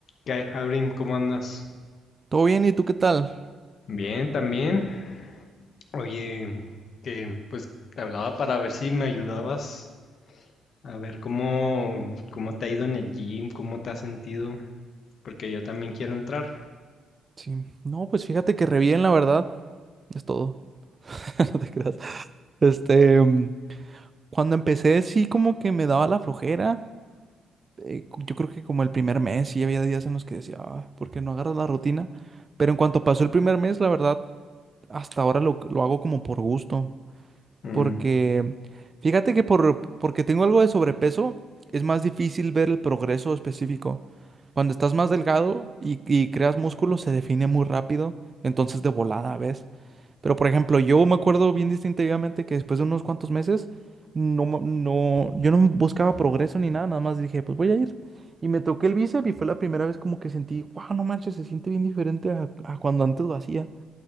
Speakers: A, on the left (about 60°); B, on the right (about 30°).
A: ¿Qué hay, Abrim? ¿Cómo andas?
B: ¿Todo bien? ¿Y tú qué tal?
A: Bien, también. Oye, que pues te hablaba para ver si me ayudabas a ver cómo, cómo te ha ido en el gym, cómo te has sentido, porque yo también quiero entrar.
B: Sí. No, pues fíjate que re bien, la verdad. Es todo. <laughs> No te creas. Este, mm, cuando empecé, sí, como que me daba la flojera. Eh, cu- yo creo que como el primer mes, sí había días en los que decía, ah, ¿por qué no agarras la rutina? Pero en cuanto pasó el primer mes, la verdad, hasta ahora lo, lo hago como por gusto.
A: Mm,
B: Porque fíjate que por, porque tengo algo de sobrepeso, es más difícil ver el progreso específico. Cuando estás más delgado y, y creas músculo, se define muy rápido, entonces de volada, ¿ves? Pero por ejemplo, yo me acuerdo bien distintivamente que después de unos cuantos meses, no, ma- no, yo no buscaba progreso ni nada, nada más dije, pues voy a ir. Y me toqué el bíceps y fue la primera vez como que sentí, wow, no manches, se siente bien diferente a, a cuando antes lo hacía.